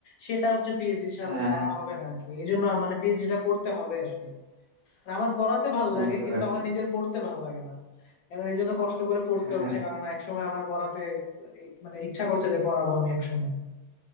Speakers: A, on the left (about 85°); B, on the right (about 70°).
A: সেটা হচ্ছে পিএইচডি
B: হ্যাঁ
A: ছাড়া
B: হ্যাঁ
A: হবে না আর কি এই জন্য মানে পিএইচডিটা করতে হবে আসলে আর আমার পড়াতে ভাল
B: বুঝতে
A: লাগে কিন্তু
B: পারছি
A: আমার নিজের পড়তে ভাল লাগে না এখন এই জন্য কষ্ট করে পড়তে
B: হ্যাঁ
A: হচ্ছে
B: হ্যাঁ
A: কারণ একসময় আমার পড়াতে এই- মানে ইচ্ছা করছে যে পড়াবো আমি একসময়